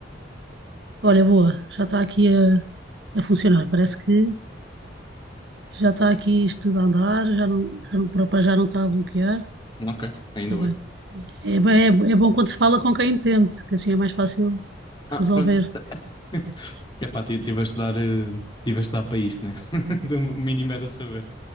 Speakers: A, on the right; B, on the left.
A: Olha, boa, já está aqui a, a funcionar. Parece que já está aqui isto tudo a andar, já não, já não, para já não está a bloquear.
B: Ok, ainda
A: Está
B: bem.
A: bem. É, bem- é, é bom quando se fala com quem entende, que assim é mais fácil
B: Ah, pronto.
A: resolver.
B: <laughs> Epá, ti- tive a estudar, eh, tive a dar para isto, né? <laughs> Do mínimo era saber.